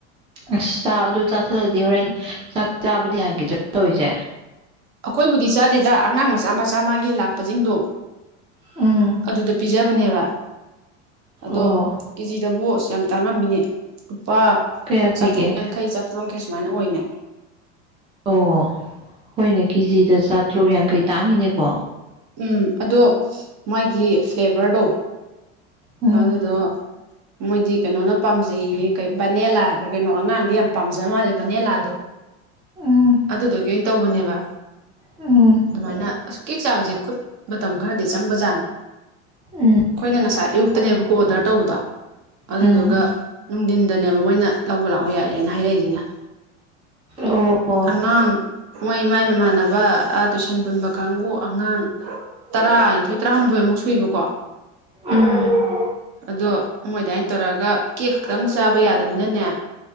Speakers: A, on the right; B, on the right.
A: ꯑꯁ ꯆꯥ ꯑꯗꯨ ꯆꯥꯥꯁꯜꯂꯗꯤ ꯍꯣꯔꯦꯟ ꯆꯥꯛ ꯆꯥꯕꯗꯤ ꯌꯥꯈꯤꯗ꯭ꯔꯥ ꯇꯧꯔꯤꯁꯦ
B: ꯑꯩꯈꯣꯏꯕꯨꯗꯤ ꯆꯥꯗꯦꯗ ꯑꯉꯥꯡ ꯃꯆꯥ ꯃꯆꯥ ꯃꯥꯒꯤ ꯂꯥꯛꯄꯁꯤꯡꯗꯣ
A: ꯎꯝ
B: ꯑꯗꯨꯗ ꯄꯤꯖꯕꯅꯦꯕ ꯑꯗꯣ
A: ꯑꯣ
B: ꯀꯦꯖꯤꯗꯕꯨ ꯑ ꯌꯥꯝ ꯇꯥꯡꯉꯝꯃꯤꯅꯦ ꯂꯨꯄꯥ
A: ꯀꯌꯥ ꯄꯤꯒꯦ
B: ꯆꯥꯇ꯭ꯔꯨꯛ ꯌꯥꯡꯈꯩ ꯈꯩ ꯁꯨꯃꯥꯏꯅ ꯑꯣꯏꯅꯦ
A: ꯑꯣ ꯍꯣꯏꯅꯦ ꯀꯦꯖꯤꯗ ꯆꯥꯇ꯭ꯔꯨꯛ ꯌꯥꯡꯈꯩ ꯇꯥꯡꯉꯤꯅꯦꯀꯣ
B: ꯎꯝ ꯑꯗꯣ ꯃꯥꯒꯤ ꯐ꯭ꯂꯦꯕꯔꯗꯣ
A: ꯎꯝ
B: ꯑꯗꯨꯗꯣ ꯃꯣꯏꯗꯤ ꯀꯩꯅꯣꯅ ꯄꯥꯝꯖꯩꯌꯦ ꯀꯩ ꯕꯅꯦꯂꯥ ꯍꯥꯏꯕ꯭ꯔꯥ ꯀꯩꯅꯣ ꯑꯉꯥꯡꯗꯤ ꯌꯥꯝ ꯄꯥꯝꯖ ꯃꯥꯜꯂꯦ ꯕꯅꯦꯂꯥꯗꯣ
A: ꯎꯝ
B: ꯑꯗꯨꯗꯨꯒꯤ ꯑꯣꯏꯅ ꯇꯧꯕꯅꯦꯕ
A: ꯎꯝ
B: ꯑꯗꯨꯃꯥꯏꯅ ꯑꯁ ꯀꯦꯛ ꯆꯥꯕꯁꯦ ꯈꯨꯠ ꯃꯇꯝ ꯈꯔꯗꯤ ꯆꯪꯕꯖꯥꯠꯅꯤ
A: ꯎꯝ
B: ꯑꯩꯈꯣꯏꯅ ꯉꯁꯥꯏ ꯑꯌꯨꯛꯇꯅꯦꯕꯀꯣ ꯑꯣꯗꯔ ꯇꯧꯕꯗꯣ ꯑꯗꯨꯗꯨꯒ
A: ꯎꯝ
B: ꯅꯨꯡꯊꯤꯟꯗꯅꯦꯕ ꯃꯣꯏꯅ ꯂꯧꯕ ꯂꯥꯛꯑꯣ ꯌꯥꯏꯔꯦꯅ ꯍꯥꯏꯔꯛꯏꯁꯤꯅ
A: ꯑꯣ ꯑꯣ
B: ꯑꯉꯪ ꯃꯣꯏ ꯃꯥꯏ ꯃꯃꯥꯟ ꯃꯃꯥꯟꯅꯕ ꯑ ꯇꯨꯏꯁꯟ ꯄꯨꯟꯕ ꯀꯥꯡꯕꯨ ꯑꯉꯥꯡ ꯇꯔꯥꯅꯤꯊꯣꯏ ꯇꯔꯥꯍꯨꯝꯗꯣꯏꯃꯨꯛ ꯁꯨꯏꯕꯀꯣ
A: ꯎꯝ
B: ꯑꯗꯣ ꯃꯣꯏ ꯑꯗꯥꯏꯅ ꯇꯧꯔꯛꯑꯒ ꯀꯦꯛ ꯈꯛꯇꯪ ꯆꯥꯕ ꯌꯥꯗꯕꯅꯤꯅꯅꯦ